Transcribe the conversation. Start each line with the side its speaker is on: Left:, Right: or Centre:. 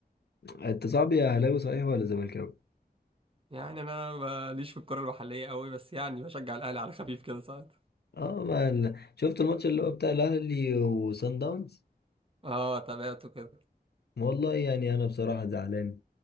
Left: انت صاحبي يا اهلاوي صحيح ولا زملكاوي
Right: يعني أنا ماليش في الكرة المحلية قوي بس يعني بشجع الأهلي على خفيف كده ساعات
Left: اه ما ال- شفت الماتش اللي هو بتاع الاهلي وصن داونز
Right: اه تابعته كده
Left: والله يعني انا بصراحه زعلان